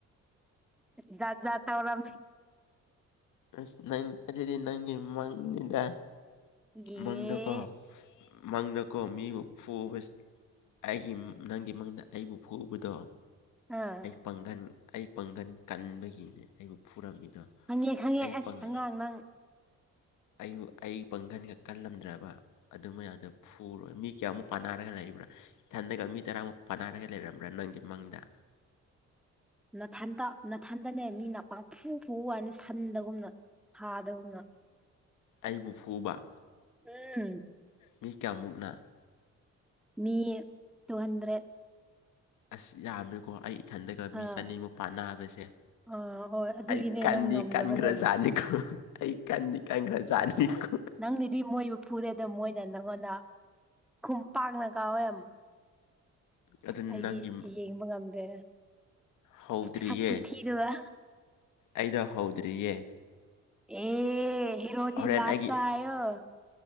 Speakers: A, in the centre; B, on the left (about 85°).
A: ꯌꯥ ꯇꯕꯔ
B: ꯑ ꯊꯥꯔꯇꯗꯤ ꯅꯥꯏꯟꯒꯤ ꯃꯃꯥꯡꯅꯤꯗ
A: ꯑꯦ
B: ꯃꯥꯡꯗꯀꯣ ꯃꯪꯗꯀꯣ ꯃꯤꯕꯨ ꯐꯨꯕ ꯑꯩꯒꯤ ꯅꯪꯒꯤ ꯃꯪꯗ ꯑꯩꯕꯨ ꯐꯨꯎꯕꯗꯣ
A: ꯑꯥ <unintelligible> <inaudible>
B: ꯄꯥꯡꯒꯜ ꯑꯩ ꯄꯥꯡꯒꯟ ꯀꯟꯕꯒꯤꯅꯦ ꯑꯩꯕꯨ ꯐꯨꯔꯝꯃꯤꯗꯣ
A: ꯈꯪꯉꯦ ꯈꯪꯉꯦ
B: ꯑꯩ
A: ꯑꯁ
B: ꯄꯪ
A: ꯑꯉꯥꯡ ꯅꯪ
B: ꯑꯩꯕꯨ ꯑꯩ ꯄꯥꯡꯒꯟꯒ ꯀꯜꯂꯝꯗ꯭ꯔꯕ ꯑꯗꯨꯝꯕ ꯌꯥꯗ ꯐꯨꯔꯣꯏ ꯃꯤ ꯀꯌꯥꯃꯨꯛ ꯄꯥꯟꯅꯔꯒ ꯂꯩꯕ꯭ꯔꯥ ꯏꯊꯟꯗꯒ ꯃꯤ ꯇꯔꯥꯃꯨꯛ ꯄꯅꯥꯔꯒ ꯂꯩꯔꯝꯕ꯭ꯔꯥ ꯅꯪꯒꯤ ꯃꯥꯡꯗ
A: ꯅꯥꯊꯟꯗ ꯅꯥꯊꯟꯗꯅꯦ ꯃꯤꯅ ꯄꯐꯨ ꯐꯨ ꯍꯥꯏꯅꯤ ꯁꯟꯗꯒꯨꯝꯅ ꯁꯥꯗꯒꯨꯝꯅ
B: ꯑꯩꯕꯨ ꯐꯨꯕ
A: ꯎꯝ <inaudible>
B: ꯃꯤ ꯀꯌꯥꯃꯨꯛꯅ
A: ꯃꯤ ꯇꯨ ꯍꯟꯗ꯭ꯔꯦꯠ
B: ꯑꯁ ꯌꯥꯝꯃꯦꯀꯣ ꯑꯩ ꯏꯊꯟꯗꯒ ꯃꯤ
A: ꯑꯥ
B: ꯆꯅꯤꯃꯨꯛ ꯄꯥꯟ ꯅꯥꯕꯁꯦ
A: ꯑꯥ ꯍꯣꯏ ꯑꯗꯨꯒꯤꯅꯦ
B: ꯑꯩ ꯀꯥꯟꯗꯤ
A: ꯅꯪ ꯉꯝꯗꯕꯗꯣ
B: ꯀꯥꯟꯈ꯭ꯔ ꯥꯅꯤꯀꯣ ꯑꯩ ꯀꯥꯟꯗꯤ ꯀꯥꯟꯈ꯭ꯔ ꯥꯅꯤꯀꯣ
A: ꯅꯪꯅꯤꯗꯤ ꯃꯣꯏꯕꯨ ꯐꯨꯔꯦ ꯑꯗꯣ ꯃꯣꯏꯅ ꯅꯪꯉꯣꯟꯗ ꯈꯨꯝ ꯄꯥꯡꯅ ꯀꯥꯎꯋꯦ
B: ꯑꯗꯨ
A: ꯑꯁ ꯑꯩꯗꯤ
B: ꯅꯪꯒꯤ
A: ꯌꯦꯡꯕ ꯉꯝꯗ꯭ꯔꯦ
B: ꯍꯧꯗ꯭ꯔꯤꯌꯦ
A: ꯁꯛ ꯀꯨꯊꯤꯗꯨꯒ
B: ꯑꯩꯗ ꯍꯧꯗ꯭ꯔꯤꯌꯦ
A: ꯑꯦ ꯍꯦꯔꯣꯗꯤ
B: ꯍꯣꯔꯦꯟ
A: ꯂꯥꯥꯁꯇ
B: ꯑꯩꯒꯤ
A: ꯑꯣ <inaudible>